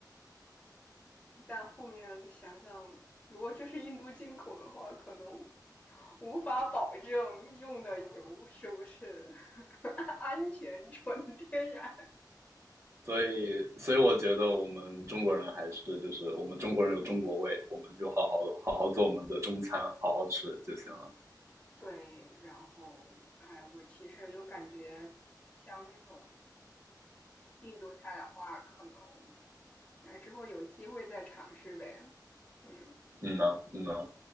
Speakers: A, on the left; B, on the right.
A: 但后面想想，如果这是印度进口的话，可能无法保证用的油是不是 <laughs> 安全纯天然。
B: 所以所以我觉得我们中国人还是就是我们中国人有中国味，我们就好好好好做我们的中餐，好好吃就行了。
A: 对，然后，哎，我其实有感觉，像那种印度菜的话，可能，哎，之后有机会再尝试呗。嗯。
B: 嗯呐，嗯呐。